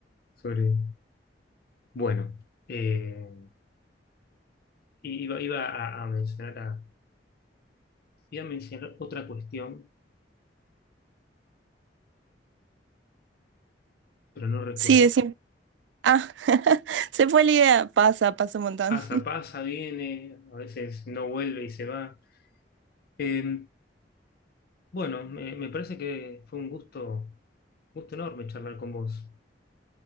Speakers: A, on the left; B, on the right.
A: sobre. Bueno, eh, iba, iba a, a mencionar a- iba a mencionar otra cuestión, pero no recuerdo.
B: Sí, decir, ah, <laughs> se fue la idea. Pasa, pasa un montón.
A: Pasa, pasa, viene, a veces no vuelve y se va. Eh, bueno, me, me parece que fue un gusto, gusto enorme charlar con vos.